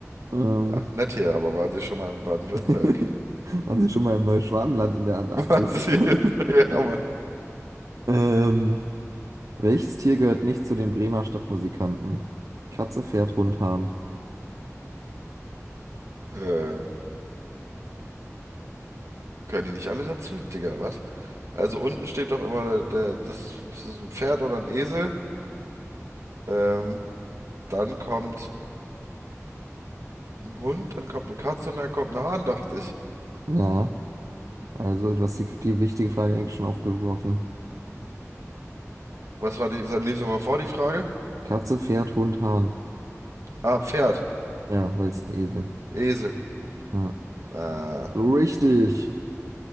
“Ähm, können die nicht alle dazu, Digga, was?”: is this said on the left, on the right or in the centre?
Right